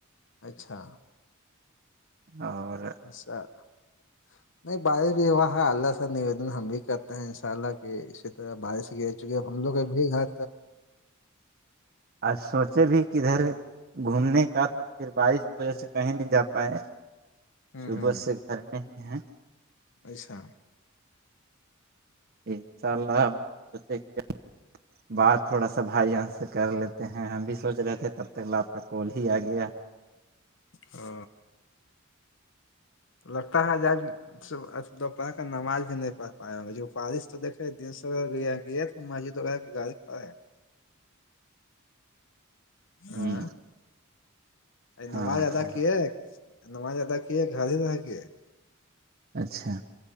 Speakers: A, on the left (about 60°); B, on the right (about 45°).
A: اچھا
B: اور
A: اسا <inaudible> نہیں بارر بھی ہوا ہے اللہ سا نویدن ہم بھی کرتے ہیں ان شاء اللہ کی اس بارش کی چکہ ہم لوگ ا بھی گھر
B: آ سوچے بھی ک ادھر گھومنے کا تو پھر بارش کی وجہ سے کہیں نہیں جا پائے
A: ہ
B: صبح سے گھر میں ہی ہیں
A: اچھا
B: انشاء اللہ سوچ <inaudible> بات تھوڑا سا بھائی جان سے کر لیتے ہیں ہم بھی سوچ رہے تھے تب تک آپ کا کال ہی آ گیا
A: ہ لگتا ہے جب دوپہر کا نماز بھی نہیں پڑھ پائے فارش تو دیکھے گ تو مجے توڑا گال کا ہے
B: ہ
A: ہاں ا
B: ہاں
A: نماز ادا
B: ہاں
A: کی نماز ادا کیے گھر ہی رہ کے
B: اچھا